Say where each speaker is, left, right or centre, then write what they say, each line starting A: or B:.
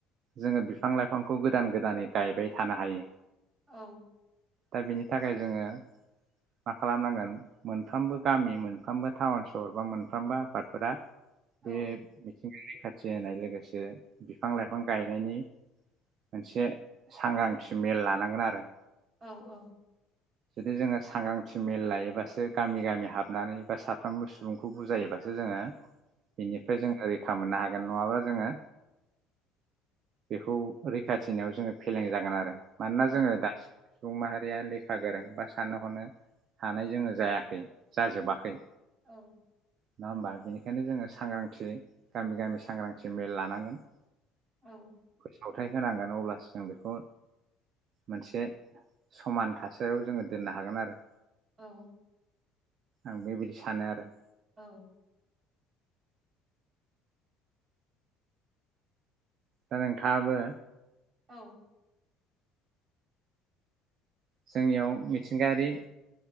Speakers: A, on the right (about 55°); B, on the right (about 35°).
A: जोङो बिफां लाइफांखौ गोदान गोदानै गायबाय थानो हायो
B: औ
A: दा बेनि थाखाय जोङो मा खालामनांगोन मोनफ्रोमबो गामि मोनफ्रोमबो टाउन सहर बा मोनफ्रोमबो आफादफोरा बे
B: औ
A: <unintelligible> रैखाथि होनाय लोगोसे बिफां लाइफां गायनायनि मोनसे सांग्रांथि मेल लानांगोन आरो
B: औ औ
A: जुदि जोङो सांग्रांथि मेल लायोबासो गामि गामि हाब थुनानै बा साफ्रोमबो सुबुंखौ बुजायोबासो जोङो बेनिफ्राय जों ओरै खा मोननो हागोन नङाब्ला जोङो बेखौ रैखाथि होनायाव जोङो फेलें जागोन आरो मानोना
B: औ
A: जोङो दासो सुबुं माहारिया लेखा गोरों बा साननो हनो हानाय जोङो जायाखै जाजोबाखै
B: औ
A: नङा होमबा बेनिखायनो जोङो सांग्रांथि गामि गामि सांग्रांथि मेल लानांगोन
B: औ
A: सावथाय होनांगोन अब्लासो जों बेखौ मोनसे समान थासारियाव जोङो दोननो हागोन आरो
B: औ
A: आं बेबायदि सानो आरो
B: औ
A: दा नोंथाङाबो
B: औ
A: जोंनियाव मिथिंगायारि